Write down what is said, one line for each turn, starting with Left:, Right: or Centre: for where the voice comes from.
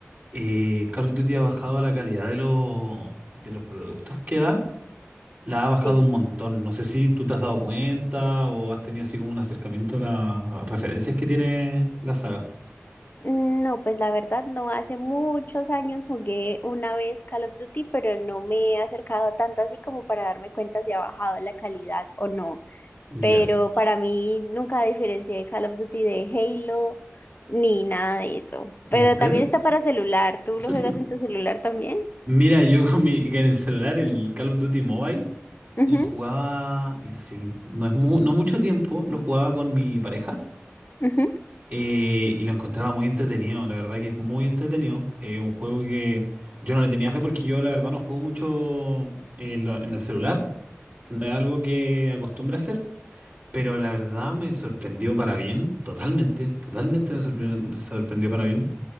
Right: eh, Call of Duty ha bajado la calidad de, los de los productos que da, la ha bajado
Left: Sí.
Right: un montón. No sé si tú te has dado cuenta o has tenido así como un acercamiento a las referencias que tiene la saga.
Left: No, pues la verdad no, hace muchos años jugué una vez Call of Duty, pero no me he acercado tanto así como para darme cuenta si ha bajado la calidad o no.
Right: Ya.
Left: Pero para mí nunca diferencié Call of Duty de Halo ni nada de eso. Pero
Right: ¿En serio?
Left: también está para celular, ¿tú
Right: <laughs>
Left: lo juegas en tu celular también?
Right: Mira, yo con mi, en el celular, el Call of Duty Mobile,
Left: Ujú,
Right: lo jugaba, mira, sí, no es mu- no mucho tiempo, lo jugaba con mi pareja
Left: ujú,
Right: Eh, y lo encontraba muy entretenido, la verdad que es muy entretenido. Eh, un juego que yo no le tenía fe porque yo la verdad no juego mucho en, la- en el celular, no es algo que acostumbre a hacer, pero la verdad me sorprendió para bien, totalmente, totalmente me sorprendió, sorprendió para bien.